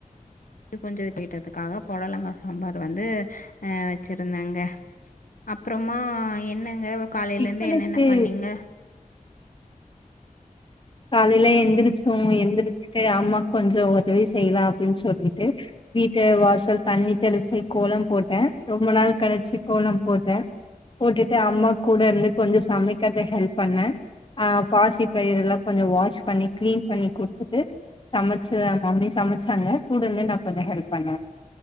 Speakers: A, on the left; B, on the left.
A: இது கொஞ்ச வித்துக்கிட்டதுக்காக புடலங்காய் சாம்பார் வந்து அஹ வச்சிருந்தாங்க அப்பறமா என்னங்க காலையில
B: டிஃபனுக்கு
A: இருந்து என்னென்ன பண்ணீங்க
B: காலையில எந்திரிச்சோ எந்திரிச்சுட்டு அம்மா கொஞ்ச உதவி செய்யலா அப்டின்னு சொல்லிட்டு வீட்ட வாசல் தண்ணி தெளிச்சு கோலம் போட்ட ரொம்ப நாள் கழிச்சு கோல போட்ட போட்டுட்டு அம்மா கூட இருந்து கொஞ்ச சமைக்கரத்துக்கு ஹெல்ப் பண்ண அஹ பாசி பயிரு எல்லா கொஞ்ச வாஷ் பண்ணி கிளீன் பண்ணி கொடுத்துட்டு சமைச்ச மம்மி சமைச்சாங்க கூட இருந்து நா கொஞ்ச ஹெல்ப் பண்ண